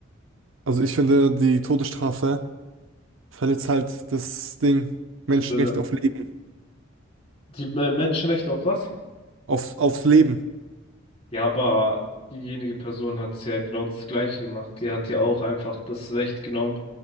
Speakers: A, on the right; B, on the left.
A: Also ich finde, die Todesstrafe verletzt halt das Ding, Menschenrecht
B: die würde.
A: auf Leben,
B: Die äh, Menschenrechte auf was?
A: auf, aufs Leben.
B: Ja, aber diejenige Person hat ja genau das Gleiche gemacht. Die hat ja auch einfach das Recht genommen,